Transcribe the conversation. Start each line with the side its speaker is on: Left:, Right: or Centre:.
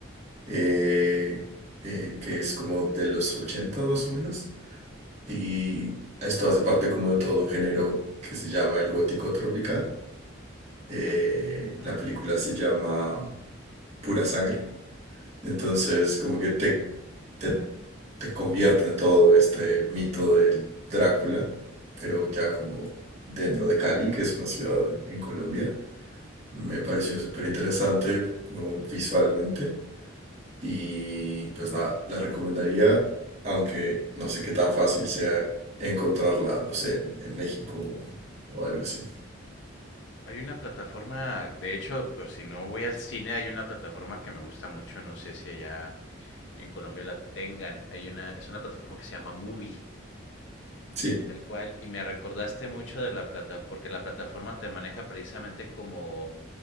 Right: eh, eh, que es como de los ochentas más o menos, y esto
Left: Ujú,
Right: hace parte como de todo un género que se llama el gótico tropical. Eh,
Left: ujú.
Right: la película se llama Pura Sangre. Entonces, como que te, te, te convierte en todo este mito del Drácula, pero ya como dentro de Cali, que es una ciudad en, en Colombia. Me pareció súper interesante como visualmente y pues nada, la recomendaría, aunque no sé qué tan fácil sea encontrarla, no sé, en en México o algo así.
Left: Hay una plataforma, de hecho, pues si no voy al cine, hay una plataforma que me gusta mucho, no sé si allá en Colombia la tengan. Hay una, es una plataforma que se llama Movie.
Right: Sí.
Left: Tal cual, y me recordaste mucho de la plataforma, porque la plataforma te maneja precisamente como